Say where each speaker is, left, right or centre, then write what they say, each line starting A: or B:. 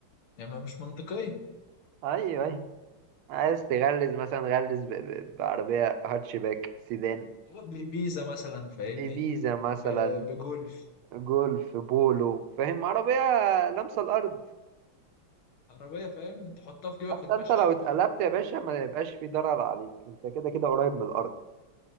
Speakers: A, on the left; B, on the right.
A: يعني ما مش منطقيه
B: ايوه ايوه عايز تغلس مثلا غلس ب- ب- بعربية هاتشباك سيدان
A: ب- بيزا مثلا فاهمني
B: إبيزا مثلا
A: ب- بجولف
B: جولف بولو فاهم عربية لامسة الأرض
A: عربيه فاهم تحطها في جيبك
B: حتى
A: وتمشي
B: أنت لو اتقلبت يا باشا ما يبقاش في ضرر عليك أنت كده كده قريب من الأرض